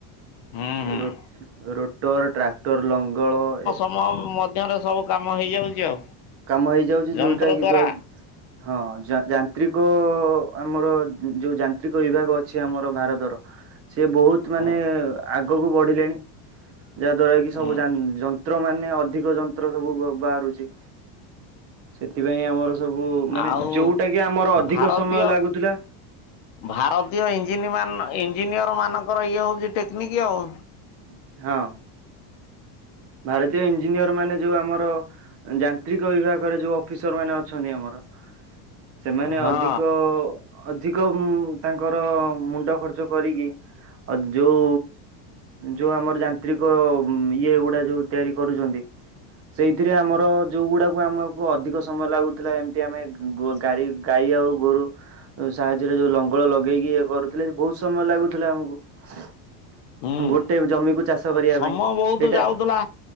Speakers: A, on the left; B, on the right.
A: ହୁଁ ହୁଁ
B: ରୋଟ୍ ରୋଟର ଟ୍ରାକ୍ଟର ଲଙ୍ଗଳ ଏ
A: ମ ମଧ୍ୟରେ ସବୁ କାମ ହେଇଯାଉଚି ଆଉ
B: କାମ ହେଇଯାଉଚି
A: ଯନ୍ତ୍ର
B: ଯୋଉଟା କି
A: ଦ୍ଵାରା
B: ଯ ହଁ ଯାନ୍ତ୍ରିକ ଆମର ଯୋଉ ଯାନ୍ତ୍ରିକ ବିଭାଗ ଅଛି ଆମର ଭାରତର ସିଏ ବହୁତ
A: ହଁ
B: ମାନେ ଆଗକୁ ବଢିଲେଣି ଯାହା ଦ୍ଵାରା କି
A: ହଁ
B: ସବୁ ଯାନ ଯନ ଯନ୍ତ୍ର ମାନେ ଅଧିକ ଯନ୍ତ୍ର ସବୁ ବ ବାହାରୁଛି। ସେଥିପାଇଁ ଆମର ସବୁ ମାନେ
A: ଆଉ
B: ଯୋଉଟା କି ଆମର ଅଧିକ
A: ଭାରତୀୟ
B: ସମୟ ଲାଗୁଥିଲା
A: ଭାରତୀୟ ଇଞ୍ଜିନ ମାନ ଇଞ୍ଜିନିୟର ମାନଙ୍କର ଇଏ ହଉଛି ଟେକ୍ନିକ ଆଉ
B: ଉଁ ହଁ। ଭାରତୀୟ ଇଞ୍ଜିନିୟର ମାନେ ଯୋଉ ଆମର ଯାନ୍ତ୍ରିକ ବିଭାଗରେ ଯୋଉ ଅଫିସର ମାନେ ଅଛନ୍ତି ଆମର ସେମାନେ
A: ହଁ
B: ଅଧିକ ଅଧିକ ହୁଁ ତାଙ୍କର ମୁଣ୍ଡ ଖର୍ଚ୍ଚ କରିକି ଅ ଯୋଉ ଯୋଉ ଆମର ଯାନ୍ତ୍ରିକ ଇଏ ଗୁଡା ଯୋଉ ତିଆରି କରୁଛନ୍ତି ସେଇଥିରେ ଆମର ଯୋଉଗୁଡାକୁ ଆମ ଅଧିକ ସମୟ ଲାଗୁଥିଲା ଏମିତି ଆମେ ଗୋ ଗାରି ଗାଈ ଆଉ ଗୋରୁ ସାହାଯ୍ୟରେ ଯୋଉ ଲଙ୍ଗଳ ଲଗେଇକି ଇଏ କରୁଥିଲେ ବହୁତ ସମୟ ଲାଗୁଥିଲା ଆମକୁ
A: ହୁଁ
B: ଗୋଟେ ଜମିକୁ ଚାଷ କରିବା
A: ସମୟ
B: ପାଇଁ
A: ବହୁତ
B: ସେଇଟା
A: ଯାଉଥିଲା।